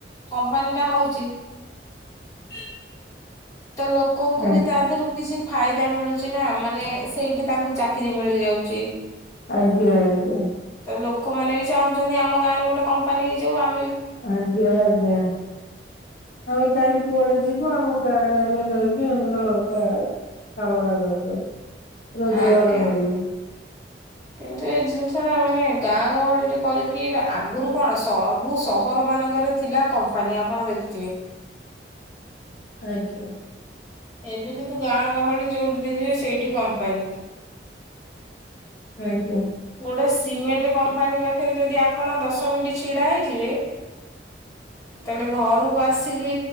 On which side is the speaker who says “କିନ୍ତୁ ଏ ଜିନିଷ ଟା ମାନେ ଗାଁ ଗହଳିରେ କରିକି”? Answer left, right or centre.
Left